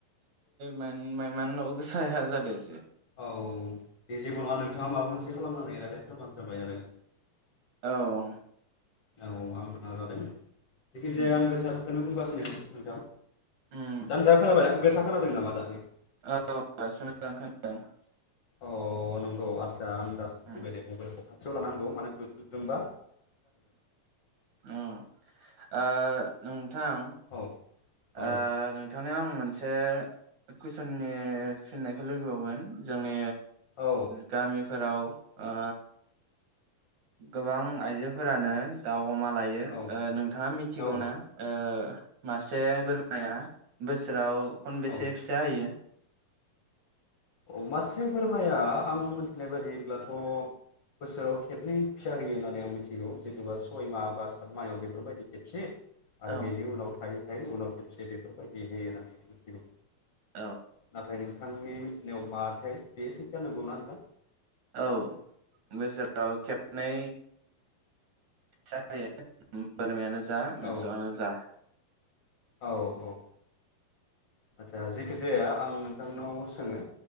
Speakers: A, on the right; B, on the left.
A: माइ मानल' गोसाया जादों एसे
B: औ औ दे जेबो नङा नोंथाङा माबा मोनसे खालामनानै रायज्लायथारबानो जाबाय आरो
A: औ
B: औ आंबो नाजादों जायखिजाया
A: उम
B: आं गोसाखौनो बुंगा उम नोंथां
A: उम
B: दानजा खोनाबाय ना गोसा खोनादों नामा दानि
A: औ दासो मोजां खोनादों
B: अ नंगौ आ आं दासो
A: उम
B: <unintelligible> मबेलखौ खाथियाव लानांगौ माने गोदोंबा
A: औ आ नों थां
B: औ औ
A: ओ नोंथांनियाव आं मोनसे मोनसे कुइसननि फिननायखौ लोगो बावगोन जोंनि
B: औ
A: गामिफोराव ओ गोबां आइजोफोरानो दाउ अमा लायो
B: औ
A: ओ नोंथाङा मिथिगौना
B: औ
A: ओ मासि से बोरमाया बोसोराव खनबेसे
B: औ
A: फिसा होयो
B: अ मासे बोरमाया आं मिथिनाय बायदिब्लाथ' बोसोराव खेबनै फिसा होयो होननानै आं मिथिगौ जेन'बा सय माह बा सात माहायाव बेफोरबायदि खेबसे आरो
A: औ
B: बेनि उनाव थायो नाथाय उनाव खबसे बेफोरबायदि होयो होननानै मिथिगौ
A: औ
B: नाथाय नोंथांनि नियाव माथाय बे सैथो नोंगौ ना नडा
A: औ बोसोराव खेबनै जाहायो बोरमायानो ज जा मोसौआनो
B: औ
A: जा
B: औ औ आदसा जेखि जाया आं नोंथांनाव सोङो